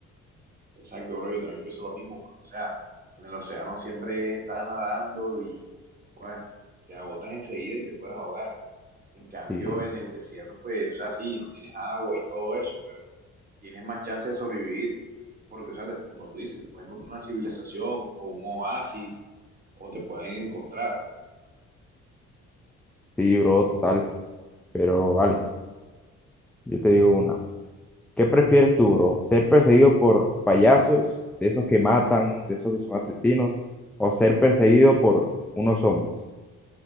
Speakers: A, on the right; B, in the centre.
A: Exacto, bro. Yo también pienso lo mismo, porque, o sea, en el océano siempre estás nadando y, pues, te agotas enseguida y te puedes ahogar. En cambio,
B: Sí,
A: en el desierto, pues, o sea, sí, no tienes agua y todo eso, pero tienes más chance de sobrevivir porque, o sea, te- como tú dices, te pueden encontrar una civilización o un oasis o te pueden encontrar.
B: sí, bro, total. Pero vale, yo te digo una. ¿Qué prefieres tú, bro? ¿Ser perseguido por payasos, de esos que matan, de esos que son asesinos, o ser perseguido por unos zombies?